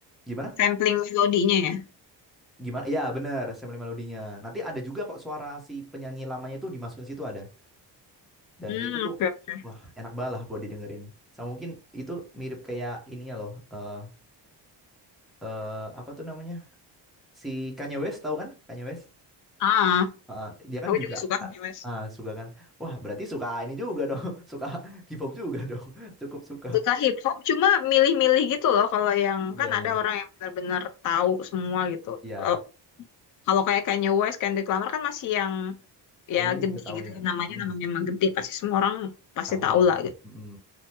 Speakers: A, in the centre; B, on the left.
A: Gimana?
B: sampling melodinya ya?
A: Gimana? Ya bener sampling melodinya. Nanti ada juga kok suara si penyanyi lamanya itu dimasukin situ ada. Dan
B: Hmm,
A: itu tuh
B: oke oke.
A: wah enak banget lah buat didengerin. Sama mungkin itu mirip kayak ininya loh. eh eh, apa tuh namanya? si Kanye West tahu kan Kanye West
B: Ah,
A: Heeh, dia kan
B: aku
A: Ah, juga
B: juga suka
A: ya.
B: Kanye
A: ah
B: West.
A: ah, suka kan wah berarti suka ini juga dong <laughs> suka hip hop juga dong <laughs> cukup suka
B: Suka hip hop, cuma milih-milih gitu loh. Kalau yang
A: iya
B: kan
A: iya
B: ada orang yang benar-benar tahu semua gitu.
A: iya
B: Kalau kalau kayak Kanye West, Kendrick Lamar kan masih yang ya
A: umum
B: gede
A: bisa tahu
B: gitu
A: ya
B: ya namanya
A: hmm,
B: namanya emang gede pasti semua orang pasti
A: tahu
B: tahu
A: ya
B: lah gitu.
A: hmm,